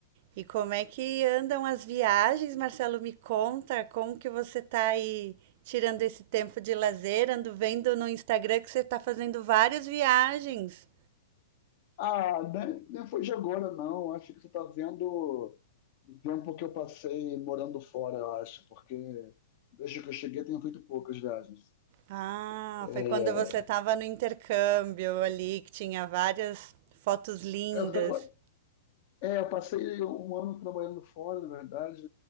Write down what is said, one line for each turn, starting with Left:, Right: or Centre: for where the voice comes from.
Right: E como é que andam as viagens, Marcelo? Me conta, como que você tá aí tirando esse tempo de lazer? Ando vendo no Instagram que você tá fazendo várias viagens.
Left: Ah, nem, nem foi de agora, não. Acho que você está vendo o tempo que eu passei morando fora, eu acho, porque desde que eu cheguei tenho feito poucas viagens.
Right: Ah,
Left: É,
Right: foi quando você tava no intercâmbio ali, que tinha várias fotos lindas.
Left: Eu, tava, é, eu passei um ano trabalhando fora, na verdade.